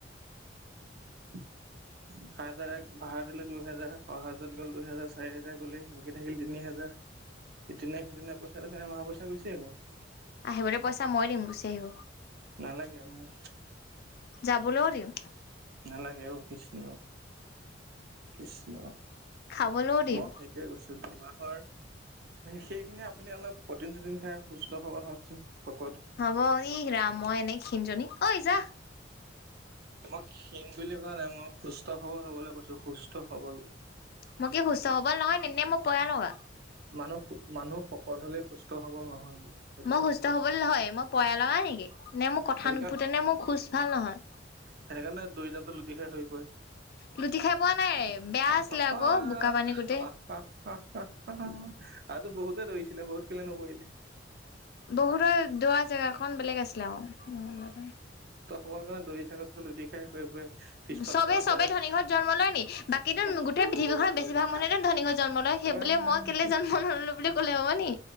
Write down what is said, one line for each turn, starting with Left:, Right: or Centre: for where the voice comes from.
Right: <inaudible> সাত হেজাৰৰে ভা়ৰা দিলো দুহেজাৰ, অহা-যোৱাত গ'ল দুহেজাৰ, চাৰি হেজাৰ গলেই বাকী থাকিল তিনি হেজা ৰ ইটিনে-সিটিনে পইছা দেখোন এমাহৰ পইছা গুচিয়ে গ'ল
Left: আহিবলে পইচা মই দিম গুচি আহিব।
Right: নালাগে মোৰ
Left: খাবলেও দিম।
Right: নালাগে অ কৃষ্ণ কৃষ্ণ
Left: খাবলৈও দিম।
Right: মই সেইটোয়ে কৈছো <unintelligible> মাহৰ সেইখিনি আপুনি অলপ পটিন-চটিন খাই সুস্থ সবল হওকচোন। সকল
Left: হ'ব ইহ ৰাম মই এনে ক্ষণজনী, ঐ যাহ
Right: মই ক্ষীণ বুলি কোৱা নাই মই সুস্থ-সবল হবলৈ কৈছো সুস্থ-সবল।
Left: মই কি সুস্থ-সবল নহয় নি, নে মই পয়া লগা?
Right: মানুহ মানুহ সকত হলে সুস্থ সবল নহয়। সেইটো
Left: মই
Right: কৈছো
Left: সুস্থ-সবল নহয়, মই পয়া লগা নিকি নে মোৰ কথা
Right: সেইটো
Left: নুফুতে
Right: কাৰণ
Left: নে মোৰ খোজ ভাল নহয়?
Right: সেইটো কাৰণে দৌৰি যাওঁতে লো <unintelligible> আগতে
Left: লুটি খাই পোৱা নাই বেয়া আছিলে আকৌ বোকা পানী গোটেই
Right: টো বহুতে দৌৰিছিলে বহুত কেলে নপৰিলে।
Left: বহুতৰ দৌৰা জেগাকন বেলেগ আছিলে আকৌ।
Right: <unintelligible> দৌৰি থাকতটো লুি খাই সৰি পৰে পিছফালে
Left: চবে
Right: যাওঁতে
Left: চবে ধনী ঘৰত জন্ম লয় নি? বাকী
Right: চিলিপ
Left: গোটেই পৃথিৱীখনত বেছিভাগ মানুহে ধনী ঘৰত জন্ম লয় সেইবুলিয়ে
Right: এ তাৰ
Left: মই কেলে জন্ম নললো বুলি ক'লে হব নি